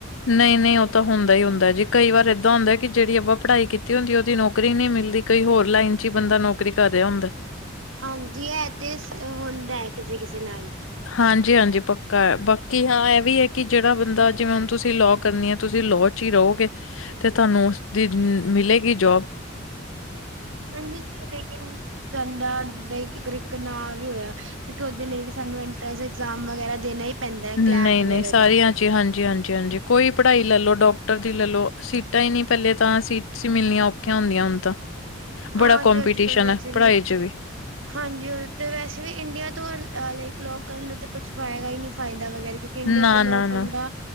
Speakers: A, on the left; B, on the right.
A: ਨਹੀਂ-ਨਹੀਂ ਉਹ ਤਾਂ ਹੁੰਦਾ ਹੀ ਹੁੰਦਾ ਜੀ ਕਈ ਵਾਰ ਏਦਾਂ ਹੁੰਦਾ ਕਿ ਜਿਹੜੀ ਆਪਾਂ ਪੜ੍ਹਾਈ ਕੀਤੀ ਹੁੰਦੀ ਉਹਦੀ ਨੌਕਰੀ ਨਹੀਂ ਮਿਲਦੀ ਕਈ ਹੋਰ ਲਾਈਨ ਚ ਹੀ ਬੰਦਾ ਨੌਕਰੀ ਕਰ ਰਿਹਾ ਹੁੰਦਾ
B: ਹਾਂਜੀ ਇਹ ਤੇ ਹੁੰਦਾ ਹੈ ਕਿਸੇ-ਕਿਸੇ ਨਾਲ
A: ਹਾਂਜੀ-ਹਾਂਜੀ ਪੱਕਾ ਹੈ ਬਾਕੀ ਹਾਂ ਇਹ ਵੀ ਹੈ ਕਿ ਜਿਹੜਾ ਬੰਦਾ ਜਿਵੇਂ ਹੁਣ ਤੁਸੀਂ ਲੋਅ ਕਰਨੀ ਹੈ ਤੁਸੀਂ ਲੋ ਰਹੋਗੇ ਤੇ ਤੁਹਾਨੂੰ ਉਸਦੀ ਮਿਲੇਗੀ ਜੋਬ
B: ਹਾਂਜੀ ਲੇਕਿਨ ਚੰਡਰ ਇੱਕ ਨਾਂ ਵੀ ਹੋਇਆ ਕਿਉਂਕਿ ਉਹਦੇ ਲਈ ਵੀ ਸਾਨੂੰ ਇੰਟਰੈਂਸ ਇਗਜ਼ਾਮ ਵਗੈਰਾ ਦੇਣਾ ਹੀ ਪੈਂਦਾ ਹੈ
A: ਨਹੀਂ-ਨਹੀਂ
B: ਕਲੈਟ ਵਗੈਰਾ
A: ਸਾਰੀਆਂ
B: ਦਾ
A: ਹਾਂਜੀ-ਹਾਂਜੀ-ਹਾਂਜੀ ਕੋਈ ਪੜ੍ਹਾਈ ਲੈਲੋ ਡਾਕਟਰ ਦੀ ਲੈਲੋ ਸੀਟਾਂ ਹੀ ਨੀ ਪਹਿਲੇ ਤਾਂ ਸੀ ਮਿਲਣੀਆਂ ਔਖੀਆਂ ਹੁੰਦੀਆਂ ਹੁਣ ਤਾਂ
B: ਹਾਂ
A: ਬੜਾ ਕੰਪੀਟੀਸ਼ਨ
B: ਤੇ ਅੱਜ ਕੱਲ ਵੈਸੇ
A: ਆ ਪੜ੍ਹਾਈ ਚ ਵੀ
B: ਹਾਂਜੀ ਹਰ ਤੇ ਵੈਸੇ ਵੀ ਇੰਡੀਆ ਤੋਂ ਲਾਈਕ ਲੋਕ ਕਰਨ ਨੂੰ ਤੇ ਕੁਛ ਪਏਗਾ ਹੀ ਨਹੀਂ ਫਾਇਦਾ ਵਗੈਰਾ ਇੰਡੀਆ
A: ਨਾ-ਨਾ-ਨਾ
B: ਤੋਂ ਲੋਕ ਹੁੰਦਾ